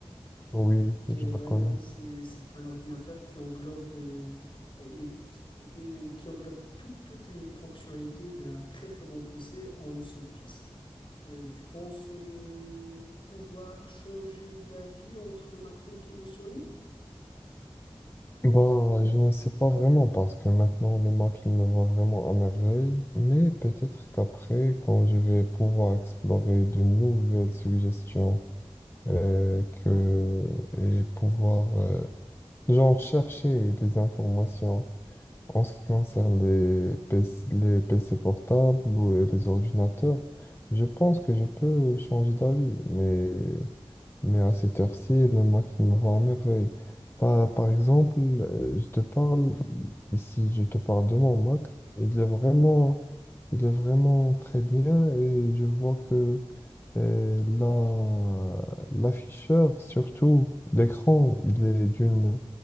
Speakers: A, on the left; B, on the left.
A: oui,
B: Donc,
A: je
B: euh,
A: la
B: vraiment,
A: connais.
B: c'est, c'est un ordinateur qui englobe, euh, et, qui euh, qui englobe toutes toutes les fonctionnalités d'un très très bon PC en une seule pièce. Et tu penses euh, pouvoir changer d'avis entre le MacBook et le Sony?
A: Bah, je ne sais pas vraiment parce que maintenant le Mac il me va vraiment à merveille, mais peut-être qu'après, quand je vais pouvoir explorer de nouvelles suggestions euh, que, et pouvoir euh, Genre, chercher des informations en ce qui concerne les PC, les PC portables ou euh, les ordinateurs, je pense que je peux changer d'avis, mais mais à cette heure-ci, le Mac, il me va à merveille. Par, par exemple, euh, je te parle, ici, je te parle de mon Mac. Il est vraiment, il est vraiment très bien et je vois que euh, la, l'afficheur, surtout l'écran, il est d'une,